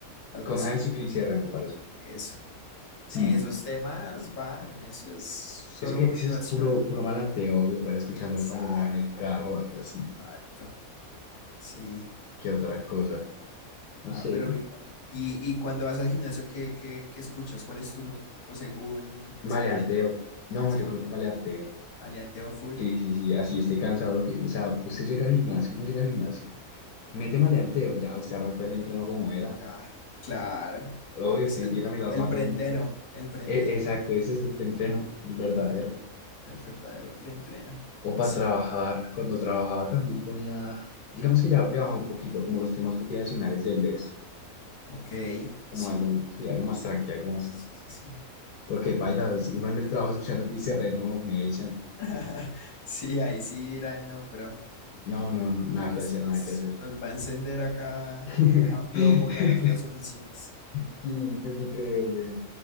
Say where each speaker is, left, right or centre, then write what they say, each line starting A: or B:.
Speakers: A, on the left; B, on the left.
A: Algo
B: Con
A: así.
B: Hades y Cris R, me parece.
A: Eso. Sí,
B: Mm.
A: esos temas van, eso es solo
B: Es que
A: motivación.
B: ese es puro, puro malanteo, obvio, para escuchando
A: Exacto,
B: cuando uno va en el carro o algo así.
A: exacto. Sí.
B: ¿Qué otra cosa? No
A: Ah,
B: sé,
A: pero bien. Y, y cuando vas al gimnasio, ¿qué, qué, qué escuchas? ¿Cuál es tu mood? O según,
B: Maleanteo.
A: según el día,
B: No,
A: según
B: yo creo que
A: el
B: maleanteo.
A: día. ¿Maleanteo full?
B: Sí, sí, sí, así esté cansado. Lo que, o sea, usted llega al gimnasio, uno llega al gimnasio y mete maleanteo, ya usted arrancó el entreno como era.
A: Ya, claro.
B: Obvio, usted
A: Es El,
B: empieza a mirar
A: el
B: más a
A: preentreno,
B: todo el mundo.
A: el preentreno.
B: E- exacto, ese es el preentreno, el verdadero.
A: Ajá, El verdadero preentreno.
B: O para
A: Sí.
B: trabajar, cuando trabajaba también ponía, digamos que ya le bajaba un poquito, como los temas motivacionales de bless,
A: Ok,
B: como
A: sí,
B: algo, sí, algo más tranquilo, algo más.
A: sí, sí, sí.
B: Porque bailas, uno en el trabajo escuchando que dice re, no, me echan.
A: <laughs> Sí, ahí sí dirán, no, pero
B: No, no, no, nada
A: nos,
B: que hacer,
A: nos,
B: nada que hacer.
A: nos va a encender acá
B: <laughs>
A: a plomo las, las oficinas.
B: Sí, yo sí creo, güey.